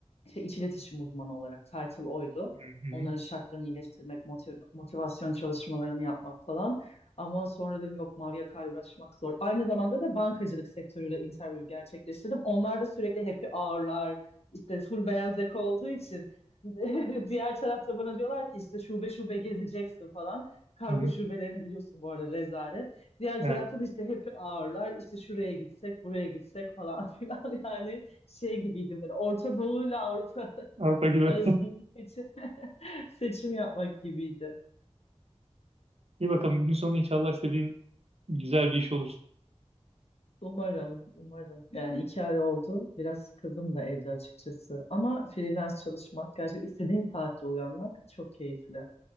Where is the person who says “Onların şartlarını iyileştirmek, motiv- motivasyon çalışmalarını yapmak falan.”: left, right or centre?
Left